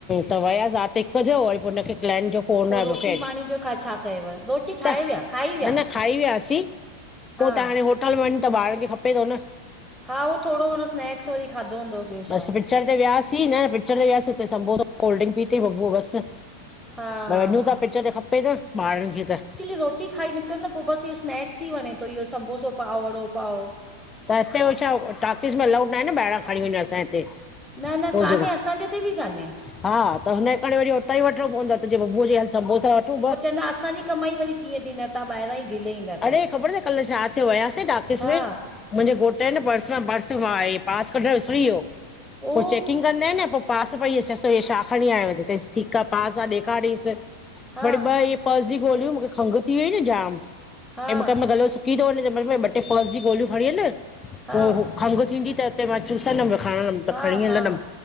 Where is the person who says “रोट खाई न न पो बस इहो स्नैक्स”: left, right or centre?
Centre